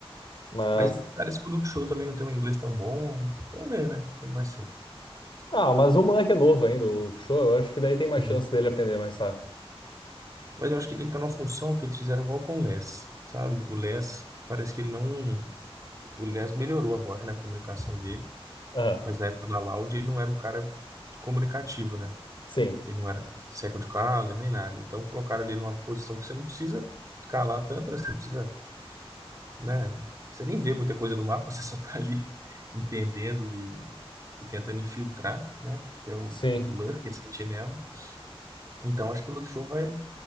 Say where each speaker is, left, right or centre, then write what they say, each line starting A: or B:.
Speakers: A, on the left; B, on the right.
A: Mas,
B: Mas parece que o Luke Show também não tem um inglês tão bom. Vamos ver, né? Como vai ser.
A: ah, mas o moleque é novo ainda, o show, eu acho que daí tem
B: Sim.
A: mais chance dele aprender mais rápido.
B: Mas eu acho que ele tá numa função que eles fizeram igual com o Less, sabe? O Less, parece que ele não. O Less melhorou agora, né, a comunicação dele,
A: Aham,
B: mas na época da Loud ele não era um cara comunicativo, né?
A: sim,
B: Ele não era second caller nem nada. Então colocaram ele numa posição que você não precisa calar tanto, né? Você precisa, né? Você nem vê muita coisa do mapa, <laughs> você só tá ali <laughs> entendendo e, e tentando infiltrar, né? Que é o,
A: sim.
B: o Lurk, esse sentinela. Então acho que o Luke Show vai,